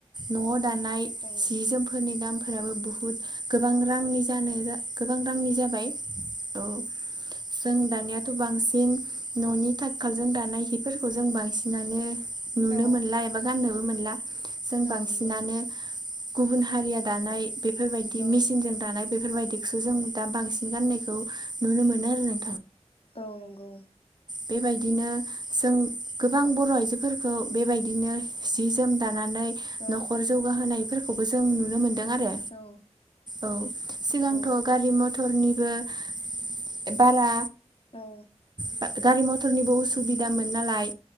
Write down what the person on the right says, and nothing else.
न'आव दानाय
सि जोमफोरनि दामफोराबो बुहुद गोबां रांनि जानो गो-गोबां रांनि जाबाय औ जों दानायाथ' बांसिन न'नि थाथखालजों दानाय हिफोरखौ जों बांसिनानो नुनो
मोनला एबा गाननोबो मोनला जों
बांसिनानो
गुबुन हारिया दानाय बेफोरबायदि
मेसिनजों दानाय बे फोरबायदिखौसो जों दा बांसिन गान्नायखौ नुनो मोनो आरो नों
बेबायदिनो जों गोबां बर' आइजोफोरखौ बेबायदिनो सि जोम दानानै
न'खर जौगाहोनायफोरखौबो जों नुनो मोन दों आरो
औ सिगांथ'
गारि मथ थरनिबो ए बारा
ओ गारि मथरनिबो उसुबिदामोन नालाय